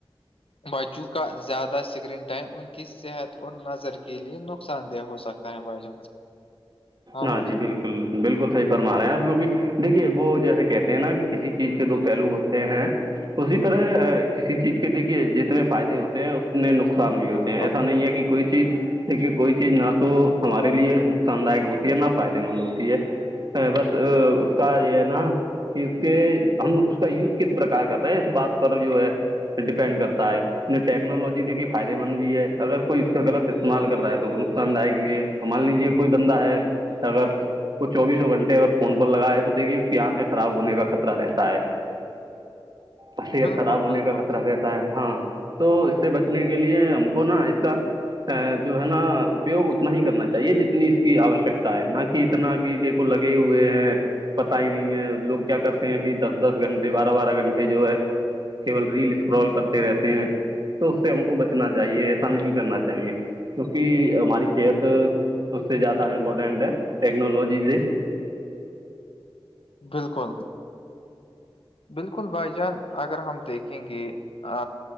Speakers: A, on the left; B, on the right.
A: بچوں کا زیادہ سکرین <inaudible> ائم ان کی صحت اور نظر کے لیے نقصان دہ ہو سکتا ہے بائی جان
B: ہاں
A: بھائی
B: جی
A: جان
B: بالکل بالکل صحی فرما رہے ہیں آپ کیونکہ دیکھیے وہ جیسے کہتے ہیں نا کہ کسی چیز کے دو پہلو ہوتے ہیں اسی طرح کسی چیز کے دیکھیے جتنے فائدے ہوتے ہیں اتنے ن نقصان بھی ہوتے
A: بالکل
B: ہیں ایسا نہیں ہے کہ کوئی چیز دیکھیے کوئی چیز نہ تو ہمارے لیے نقصان داک ہوتا نہ فائدے مند ہوتی ہے بس اس کا یہ ہے نا کہ اس کے ہم اس کا یوج کس پرار کر رہے ہیں اس بات پر جو ہے ڈیپینڈ کرتا ہے ٹیکنالوجی دھی فائدے مند بھی ہے اگر کوئی اس کا غلط استعمال کر رہا تو انہوں نقلام دائک بھی ہے مان لیجے کوئی بندہ ہے سگر وہ چوبیسوں گھنٹے اگر فون پر لگا ہے تو دیکھیے اس کی آنکھیں خراب ہونے کا خطرہ رہتا ہے حثت
A: بالکل
B: خراب ہونے
A: بالکل
B: کا خطرہ رہتا ہے <unintelligible> ہاں تو اس سے بچنے کے لیے ہم کو نا اس کا جو ہے نا اپیوگ اتنا ہی کرنا چاہیے جتنی اس کی آوشک ہے نا کہ اتنا کہ دیکھو لگے ہوئے ہیں پتا ہی نہیں ہے لوگ کیا کرتے ہیں کہ دس دس گھنٹے بارہ بارہ گھنٹے جو ہے کےول ریل اسکرال کرتے رہتے ہیں تو اس سے ہم کو بچنا چاہیے ایسا نہیں کرنا چاہیے کیونکہ ہماری صحت سب سے زیادہ امپورٹنٹ ہے ٹیکنالوجی سے
A: بالکل بالکل بھائی جان اگر ہم دیکھیں گے آ